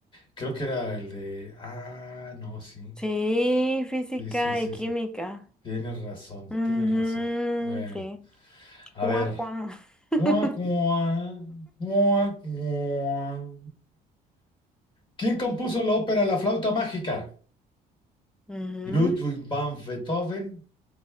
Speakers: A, on the left (about 30°); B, in the centre.
A: Creo que era el de... Ah, no, sí.
B: Sí, física
A: Sí, sí, sí,
B: y química.
A: sí. Tienes razón,
B: Ujú,
A: tienes razón. Bueno,
B: sí.
A: a
B: Cuá,
A: ver.
B: cuá.
A: Cuá,
B: <laughs>
A: cuá, cuá, cuá. ¿Quién compuso la ópera La flauta mágica?
B: Ujú.
A: Ludwig van Beethoven,